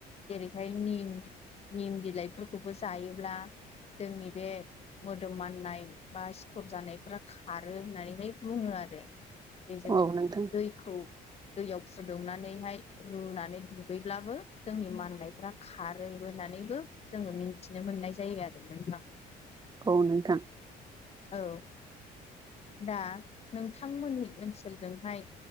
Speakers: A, on the left; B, on the right.
A: जेरैहाय निम निम बिलाइफोरखौबो जायोब्ला जोंनि बे मोदोम माननाय बा सिथर जानायफोरा खारो होननानैहाय बुङो आ आरो बेजों
B: औ नोंथां
A: दैखौ दैयाव फुदुंनानैहाय रुनानै दुगैब्लाबो जोंनि माननायफ्रा खारो होननानैबो जोङो मिथिनो मोननाय जायो आरो। नोंथां
B: औ नोंथां।
A: औ। दा नोंथांमोननि ओनसोलजोंहाय